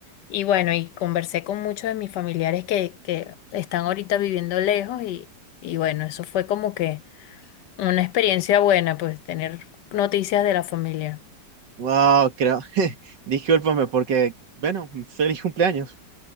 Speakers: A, on the left (about 75°); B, on the right (about 70°).
A: Y bueno, y conversé con muchos de mis familiares que, que están ahorita viviendo lejos y, y bueno, eso fue como que Una experiencia buena, pues tener noticias de la familia.
B: Wow, creo. <laughs> Discúlpame porque, bueno, mm, feliz cumpleaños.